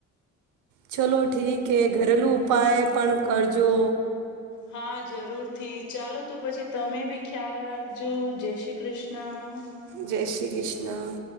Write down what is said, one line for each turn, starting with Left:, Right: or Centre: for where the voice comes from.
Right: ચલો ઠીક હ ઘરેલુ ઉપાય પણ કરજો
Left: હા જરૂરથી ચાલો તો પછી તમે બી ખ્યાલ રાખજો જય શ્રી કૃષ્ણ ન <unintelligible>
Right: જય શ્રી કૃષ્ણ